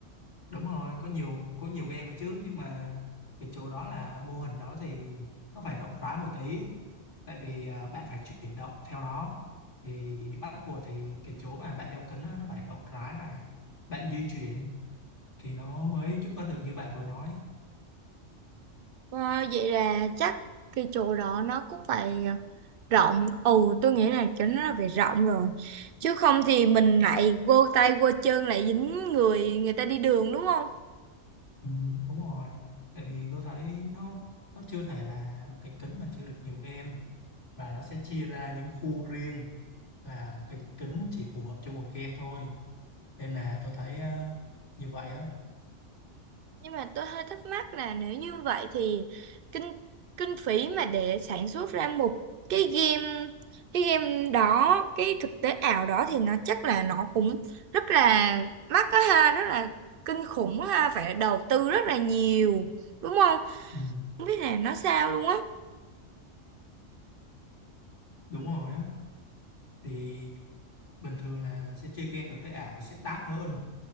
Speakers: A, on the left; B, on the right.
A: đúng rồi có nhiều có nhiều game vậy chứ nhưng mà cái chỗ đó là mô hình đó thì nó phải rộng rãi một tí tại vì ờ, bạn phải chuyển động theo nó thì bắt buộc thì cái chỗ mà bạn đeo kính á, nó phải rộng rãi ra bạn di chuyển thì nó mới giúp ích được như bạn vừa nói
B: Ờ, vậy là chắc cái chỗ đó nó cũng phải ờ, rộng. Ừ tôi nghĩ là chỗ nó là phải rộng rồi. Chứ không thì mình lại vô tay vô chân lại dính người người ta đi đường đúng không?
A: Ừ, đúng rồi tại vì tôi thấy nó nó chưa thể là một cái kính mà chứa được nhiều game và nó sẽ chia ra những khu riêng là một cái kính chỉ phù hợp cho một game thôi nên là tôi thấy ờ, như vậy á
B: Nhưng mà tôi hơi thắc mắc là nếu như vậy thì kinh kinh phí mà để sản xuất ra một cái game cái game đó cái thực tế ảo đó thì nó chắc là nó cũng rất là mắc đó ha rất là kinh khủng á ha phải đầu tư rất là nhiều đúng không
A: ừ,
B: không biết là nó sao luôn á
A: đúng rồi á thì bình thường là mình sẽ chơi game thực tế ảo nó sẽ đắt hơn